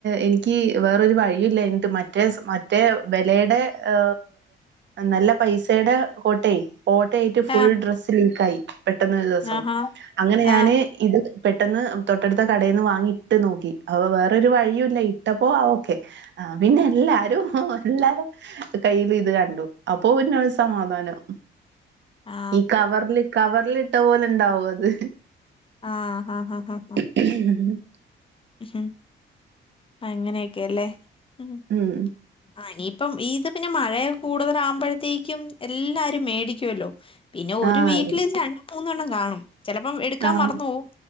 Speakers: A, on the right (about 65°); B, on the left (about 25°).
A: എനിക്ക് വേറൊരു വഴിയും ഇല്ലാഞ്ഞിട്ട് മറ്റേ സ് മ റ്റെ വെലേടെ ആ നല്ല പൈസ സെടേ കോട്ടേ ഓട്ടയായിട്ട് ഫുൾഡ്രസ്സ്
B: ആ
A: ലീക്കായി പെട്ടെന്ന് ഒരു ദിവസം
B: ആഹാ
A: അങ്ങനെ ഞാന്
B: ആ
A: ഇത് പെട്ടെന്ന് തൊട്ടടുത്ത കടേന്ന് വാങ്ങി ഇട്ടുനോക്കി അപ്പൊ വേറൊരു വഴിയും ഇല്ല ഇട്ടപ്പോ ആ ഓക്കെ ആ പിന്നെ എല്ലാരും എല്ലാരുടേം കയ്യിലും ഇതുകണ്ടു അപ്പൊ പിന്നെ സമാധാനം
B: ആ
A: ഈ കവറില് കവറിലിട്ട പോലെ ഉണ്ടാവും അത്
B: ആ ഹാ ഹാ ഹാ ഹ
A: <inaudible>
B: ഉഹും അങ്ങനെയൊക്കെയല്ലേ ഉം
A: ഉം
B: ആ ഇനിയിപ്പം ഈത് പിന്നെ മഴയൊക്കെ കൂടുതലാകുമ്പഴത്തേക്കും എല്ലാരും മേടിക്കുവല്ലോ പിന്നെ ഒരു
A: ആഹ്
B: വീട്ടിലിത് രണ്ടും മൂന്നൂം എണ്ണം കാണും ചെലപ്പം എടുക്കാൻ
A: ആഹ്
B: മറന്നുപോവും